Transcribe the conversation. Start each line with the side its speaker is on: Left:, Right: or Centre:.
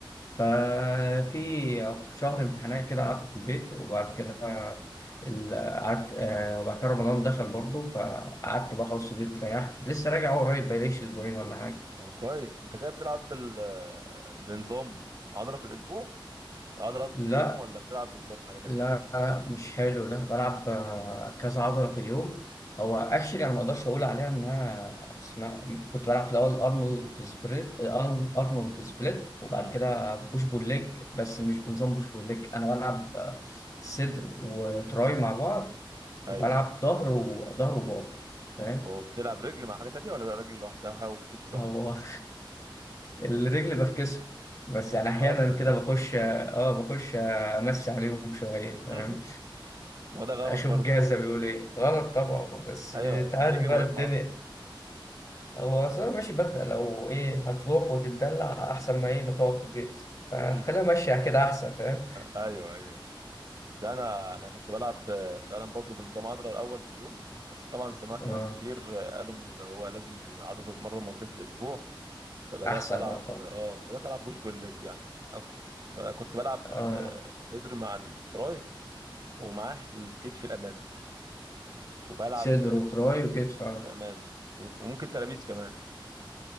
Left: ففي شهر امتحانات كده قعدت في البيت وبعد كده ال- قعدت آه، وبعد كده رمضان دخل برضه فقعدت بقى خلاص في البيت ريحت لسه راجع هو قريب بقاليش اسبوعين ولا حاجه
Right: طب كويس انت كده بتلعب بال... بنظام عضلة في الأسبوع عضلة قصدي
Left: لا
Right: في اليوم ولا بتلعب بنظام حاجة تانية
Left: لا لا، مش حلو ده بلعب آه، كذا عضلة في اليوم هو اكشلي انا ما اقدرش اقول عليها انها اسمها كنت بلعب في الاول ارنولد سبليت ارنولد سبليت وبعد
Right: امم
Left: كده بوش بول ليج بس مش بنظام بوش بول ليج انا بلعب آه، صدر وتراي مع بعض وبلعب
Right: ايوه
Left: ظهر وظهر وباي فاهم
Right: وبتلعب رجل مع حاجة تانية ولا رجل لوحدها والكتف لوحده
Left: هو <laughs> الرجل بفكسه بس يعني احيانا
Right: أصلا
Left: كده
Right: يعني
Left: بخش اه بخش امسي عليهم شويه فاهم
Right: <laughs> وده غلط
Left: اشوف
Right: برضه
Left: الجهاز ده بيقول ايه غلط طبعا بس
Right: أيوه
Left: انت
Right: يعني
Left: عارف
Right: رجلي
Left: بقى
Right: مهمة
Left: الدنيا
Right: أصلا
Left: هو اصلا ماشي ببدأ لو ايه هتروح وتتدلع احسن ما ايه ما تقعد في البيت فخليها
Right: <laughs>
Left: ماشية كده احسن فاهم
Right: ايوه ايوه ده انا انا كنت بلعب آه، فعلا برضو بنظام عضله الاول في اليوم بس طبعا سمعت
Left: اه
Right: ناس كتير آه، قالوا من اللي هو لازم العضله تتمرن مرتين في الاسبوع فبدات
Left: احسن
Right: العب
Left: اه طبعا
Right: اه بدات العب بوش بول ليج يعني اكتر فكنت بلعب
Left: اه
Right: الصدر مع التراي ومعاه الكتف الامامي وبلعب
Left: صدر وتراي وكتف اه
Right: كتف امامي وممكن ترابيس كمان